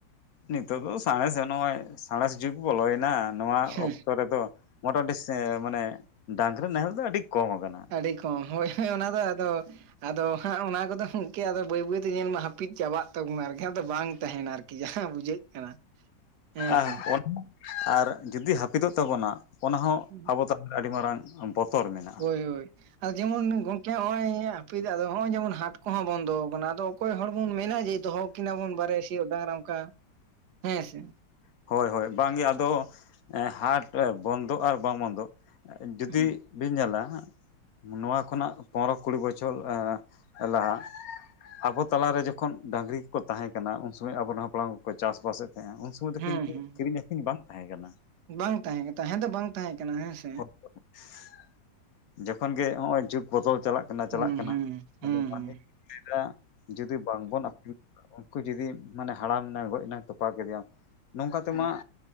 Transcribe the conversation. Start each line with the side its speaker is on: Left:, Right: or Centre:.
Left: ᱱᱤᱛᱚᱜ ᱫᱚ ᱥᱟᱬᱮᱥ ᱱᱚᱜᱼᱚᱭ ᱥᱟᱬᱮᱥ ᱡᱩᱜᱽ ᱵᱚᱞᱚᱭᱱᱟ ᱱᱚᱣᱟ
Right: ᱦᱮᱸ
Left: ᱚᱠᱛᱚ ᱨᱮᱫᱚ ᱢᱚᱴᱟᱢᱩᱴᱤ ᱢᱟᱱᱮ ᱰᱟᱝᱨᱤ ᱱᱟᱦᱮᱞ ᱫᱚ ᱟᱹᱰᱤ ᱠᱚᱢ ᱟᱠᱟᱱᱟ
Right: ᱟᱹᱰᱤ ᱠᱚ ᱦᱳᱭ ᱦᱚ ᱚᱱᱟ ᱫᱚ ᱟᱫᱚ ᱟᱫᱚ ᱦᱟᱸᱜ ᱚᱱᱟ ᱠᱚᱫᱚ ᱚᱢᱠᱮ ᱟᱫᱚ ᱵᱟᱹᱭ ᱵᱟᱹᱭᱛᱮ ᱧᱮᱞ ᱢᱟ ᱦᱟᱹᱯᱤᱫ ᱪᱟᱵᱟᱜ ᱛᱟᱵᱚᱱᱟ ᱟᱨᱠᱤ ᱟᱫᱚ ᱵᱟᱝ ᱛᱟᱦᱮᱱᱟ ᱟᱨᱠᱤ ᱡᱟᱦᱟᱸ ᱵᱩᱡᱷᱟᱹᱜ ᱠᱟᱱᱟ ᱦᱮᱸ
Left: ᱟᱦ
Right: ᱥᱮ
Left: ᱟᱨ ᱡᱩᱫᱤ ᱦᱟᱹᱯᱤᱫᱚᱜ ᱛᱟᱵᱚᱱᱟ ᱚᱱᱟ ᱦᱚᱸ
Right: ᱦᱩᱸ
Left: ᱟᱵᱚ ᱛᱟᱞ ᱟᱹᱰᱤ ᱢᱟᱨᱟᱝ ᱵᱚᱛᱚᱨ ᱢᱮᱱᱟᱜᱼᱟ
Right: ᱦᱳᱭ ᱦᱳᱭ ᱟᱨ ᱡᱮᱢᱚᱱ ᱜᱚᱝ <unintelligible> ᱝᱠᱮ ᱦᱚᱜ-ᱚᱭ ᱦᱟᱯᱤᱫ ᱦᱚᱸᱜᱼᱚᱭ ᱡᱮᱢᱚᱱ ᱦᱟᱴ ᱠᱚᱦᱚᱸ ᱵᱚᱱᱫᱚ ᱟᱠᱟᱱᱟ ᱟᱫᱚ ᱚᱠᱚᱭ ᱦᱚᱲ ᱵᱚᱱ ᱢᱮᱱᱟ ᱡᱮ ᱫᱚᱦᱚ ᱠᱤᱱᱟᱵᱚᱱ ᱵᱟᱨᱭᱟ ᱥᱤᱭᱳᱜ ᱰᱟᱝᱨᱟ ᱚᱱᱠᱟ ᱦᱮᱸ ᱥᱮ
Left: ᱦᱳᱭ ᱦᱳᱭ ᱵᱟᱝ ᱜᱮ ᱟᱫᱚ ᱦᱟᱴ ᱵᱚᱱᱫᱚᱜᱼᱟᱨ ᱵᱟᱝ ᱵᱚᱱᱫᱚᱜ ᱡᱩᱫᱤ
Right: ᱦᱩᱸ
Left: ᱵᱤᱱ ᱧᱮᱞᱟ <unintelligible> ᱱᱚᱣᱟ ᱠᱷᱚᱱᱟᱜ ᱯᱚᱱᱨᱚ ᱠᱩᱲᱤ ᱵᱚᱪᱷᱚᱨ ᱮ ᱞᱟᱦᱟ ᱟᱵᱚ ᱛᱟᱞᱟᱨᱮ ᱡᱚᱠᱷᱚᱱ ᱰᱟᱹᱝᱨᱤ ᱠᱚᱠᱚ ᱛᱟᱦᱮᱸ ᱠᱟᱱᱟ ᱩᱱ ᱥᱚᱢᱚᱭ ᱟᱵᱚᱨᱮᱱ ᱦᱟᱯᱲᱟᱢ ᱠᱚᱠᱚ ᱪᱟᱥᱵᱟᱥ ᱮᱫ ᱛᱟᱦᱮᱸᱱᱟ ᱩᱱ ᱥᱚᱢᱚᱭ ᱫᱚ
Right: ᱦᱩᱸ
Left: ᱠᱤᱱᱛᱩ
Right: ᱦᱩᱸ
Left: ᱠᱤᱨᱤᱧ ᱟᱹᱠᱷᱨᱤᱧ ᱵᱟᱝ ᱛᱟᱦᱮᱸ ᱠᱟᱱᱟ
Right: ᱵᱟᱝ ᱛᱟᱦᱮᱸ ᱠᱟᱱᱟ ᱛᱟᱦᱮᱸ ᱫᱚ ᱵᱟᱝ ᱛᱟᱦᱮᱸ ᱠᱟᱱᱟ ᱦᱮᱸ ᱥᱮ
Left: <unintelligible> ᱡᱚᱠᱷᱚᱱ ᱜᱮ ᱦᱚᱸᱜᱼᱚᱭ ᱡᱩᱜᱽ ᱵᱚᱫᱚᱞ ᱪᱟᱞᱟᱜ ᱠᱟᱱᱟ <unintelligible>
Right: ᱦᱩᱸ
Left: ᱪᱟᱞᱟᱜ ᱠᱟᱱᱟ
Right: ᱦᱩᱸ ᱦᱩᱸ
Left: ᱟᱫᱚᱧᱟᱹᱭᱫᱟ ᱡᱩᱫᱤ ᱵᱟᱝᱵᱚᱱ ᱟᱹᱠᱷᱨᱤᱧ <unintelligible> ᱠᱚ ᱡᱩᱫᱤ ᱢᱟᱱᱮ ᱦᱟᱲᱟᱢᱱᱟᱭ ᱜᱚᱡ ᱮᱱᱟᱭ ᱛᱚᱯᱟ ᱠᱮᱫᱮᱭᱟᱢ ᱱᱚᱝᱠᱟ
Right: ᱦᱩᱸ
Left: ᱛᱮᱢᱟ